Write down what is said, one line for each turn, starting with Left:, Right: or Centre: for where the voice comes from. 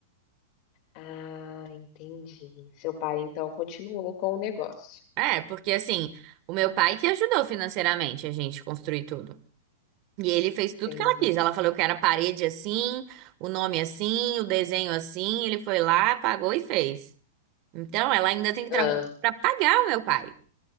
Left: Ah, entendi. Seu pai, então, continuou com o negócio.
Right: É, porque assim, o meu pai que ajudou financeiramente a gente construir tudo. E ele fez tudo
Left: Entendi.
Right: que ela quis. Ela falou que era a parede assim, o nome assim, o desenho assim. Ele foi lá, pagou e fez. Então, ela ainda tem que
Left: Hã.
Right: trabalhar para pagar o meu pai.